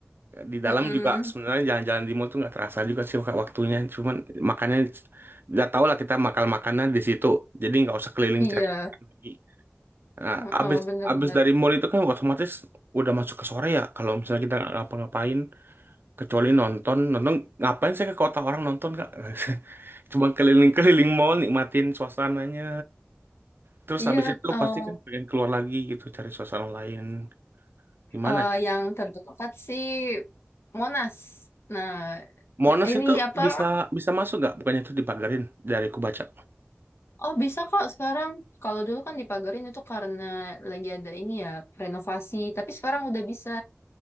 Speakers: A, on the right; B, on the left.
A: di
B: Mm-mm.
A: dalam juga sebenarnya jalan-jalan di mall tuh nggak terasa juga sih Kak, waktunya. Cuman makannya udah tau lah kita makan makanan di situ. Jadi nggak usah keliling
B: Iya,
A: cari makan lagi. Nah,
B: Heeh,
A: abis
B: bener-bener.
A: abis dari mall itu kan otomatis udah masuk ke sore ya. Kalau misalnya kita nggak ngapa-ngapain kecuali nonton, nonton ngapain saya ke kota orang nonton kak? <laughs> Cuma keliling-keliling mall nikmatin suasananya. Terus
B: Iya,
A: habis itu
B: eh,
A: pasti kan pengen keluar lagi gitu cari suasana lain di mana.
B: Eh, yang terdekat sih Monas. Nah,
A: Monas
B: ini
A: itu
B: apa?
A: bisa bisa masuk nggak? Bukannya itu dipagarin dari ku baca.
B: Oh, bisa kok sekarang. Kalau dulu kan dipagarin itu karena lagi ada ini ya, renovasi. Tapi sekarang udah bisa.